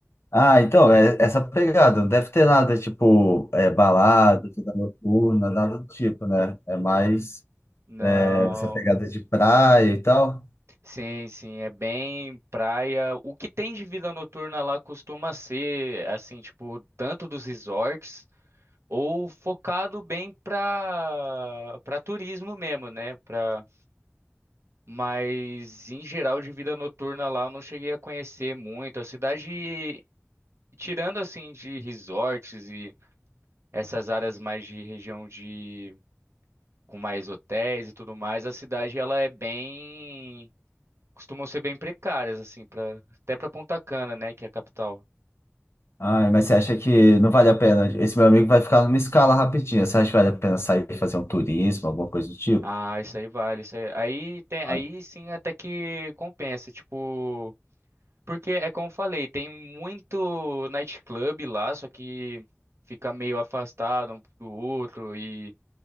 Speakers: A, on the left; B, on the right.
A: Ah, então, é essa pegada. Não deve ter nada tipo é, balada, vida noturna, nada do tipo, né? É mais
B: Não,
A: é, essa pegada de praia e tal.
B: sim, sim, é bem praia. O que tem de vida noturna lá costuma ser, assim, tipo, tanto dos resorts ou focado bem pra, pra turismo mesmo, né? Pra, mas em geral de vida noturna lá eu não cheguei a conhecer muito. A cidade, tirando assim de resorts e essas áreas mais de região de com mais hotéis e tudo mais, a cidade ela é bem costumam ser bem precárias assim para até para Punta Cana, né, que é a capital.
A: Ai, mas você acha que não vale a pena? Esse meu amigo vai ficar numa escala rapidinha. Você acha que vale a pena sair e fazer um turismo, alguma coisa do tipo?
B: Ah, isso aí vale, isso aí, aí tem aí
A: Ah, não
B: sim até que compensa, tipo, porque é como eu falei, tem muito nightclub lá, só que fica meio afastado um do outro e